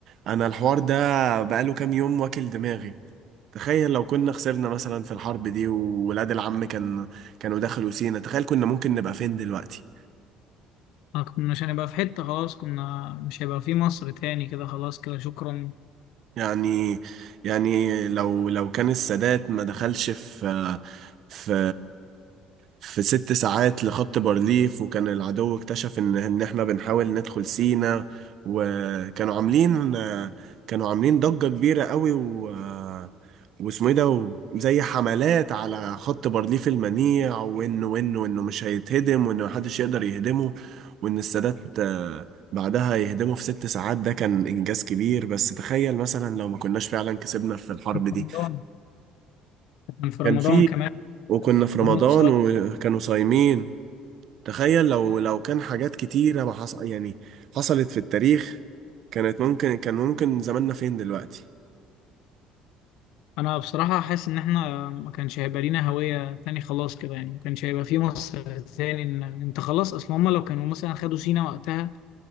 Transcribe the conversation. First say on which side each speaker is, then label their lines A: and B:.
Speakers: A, on the right (about 45°); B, on the left (about 80°).
A: انا الحوار ده بقاله كام يوم واكل دماغي تخيل لو كنا خسرنا مثلا في الحرب دي وولاد العم كان كانوا دخلوا سينا تخيل كنا ممكن نبقى فين دلوقتي
B: انا كنا مش هنبقى في حتة خلاص كنا مش هيبقى في مصر تاني كده خلاص كده شكرا
A: يعني يعني لو لو كان السادات ما دخلش في في في ست ساعات لخط بارليف وكان العدو اكتشف ان ان احنا بنحاول ندخل سينا وكانوا عاملين كانوا عاملين ضجة كبيرة قوي و واسمه ايه ده زي حملات على خط بارليف المنيع وانه وانه وانه مش هيتهدم وانه محدش يقدر يهدمه وان السادات بعدها يهدموا في ست ساعات ده كان إنجاز كبير بس تخيل مثلا لو ما كناش فعلا كسبنا في الحرب
B: كان
A: دي
B: في رمضان كان في
A: كان
B: رمضان
A: في
B: كمان
A: وكنا
B: آه،
A: في رمضان
B: جنوب صعيد
A: وكانوا صايمين تخيل لو لو كان حاجات كتيرة ما حص... يعني حصلت في التاريخ كانت ممكن كان ممكن زماننا فين دلوقتي
B: انا بصراحة حاسس ان احنا ما كانش هيبقى لينا هوية تاني خلاص كده يعني ما كانش هيبقى في مصر تاني إن- انت خلاص اصلا هما لو كانوا مثلا خدوا سينا وقتها